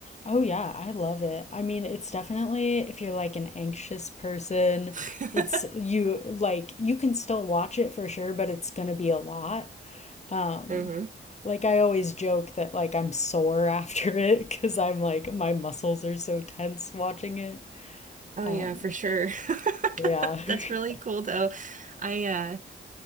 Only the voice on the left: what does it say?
Oh yeah, I love it. I mean, it's definitely if you're like an anxious person,
it's you like you can still watch it for sure, but it's gonna be a lot. Um,
like I always joke that like I'm sore <laughs> after it because I'm like my muscles are so tense watching it.
Um,
yeah. <laughs>